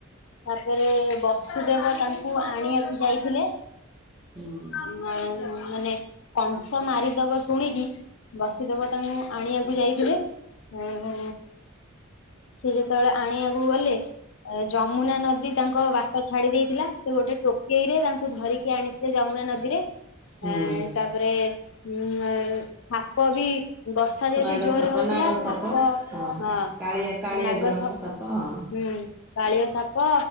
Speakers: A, on the left; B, in the centre.
A: ତାପରେ ବସୁଦେବ ତାଙ୍କୁ ଆଣିଆକୁ ଯାଇଥିଲେ।
B: ହୁଁ
A: ଉଁ ଏ ମାନେ କଂସ ମାରିଦବ ବସୁଦେେବ ତାଉଁ ଆଣିଆକୁ ଯାଇଥିଲେ ଉଁ ସିଏ ଯେତେବେଳେ ଆଣିଆକୁ ଗଲେ ଏ ଯମୁନା ନଦୀ ତାଙ୍କ ବାଟ ଛାଡ଼ିଦେଇଥିଲା ସେ ଗୋଟେ ଟୋକେଇରେ ତାଙ୍କୁ ଧରିକି ଆଣି ସେ ଯମୁନା ନଦୀରେ
B: ହୁଁ।
A: ଏଁ ତାପରେ ଉଁ ଏ ଥାପ ବି ବର୍ଷା ଯେହେତୁ
B: ନାଗ
A: ଜୋର୍
B: ସାପ
A: ରେ ହଉଥିଲା
B: ନାଗ
A: ସାପ
B: ହଁ
A: ହଁ
B: କାଳିଆ କାଳିଆ
A: ନାଗ
B: ଦଳନ
A: ସାପ
B: ହଁ।
A: ହୁଁ କାଳିଅ ସାପ